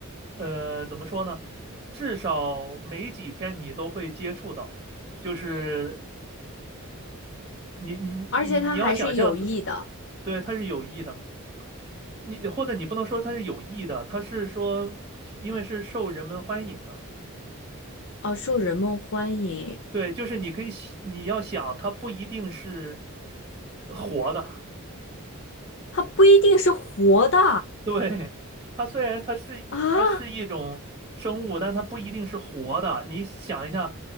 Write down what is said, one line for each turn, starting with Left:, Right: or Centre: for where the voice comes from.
Right: 呃，怎么说呢？至少每几天你都会接触到，就是你你你你要想象它，
Left: 而且它还是有益的
Right: 对，它是有益的，你或者你不能说它是有益的，它是说因为是受人们欢迎的。
Left: 哦，受人们欢迎。
Right: 对，就是你可以想你要想，它不一定是活的，
Left: 它不一定是活的
Right: <laughs> 对，它虽然它是它是一种生物，
Left: 啊，
Right: 但它不一定是活的。你想一下，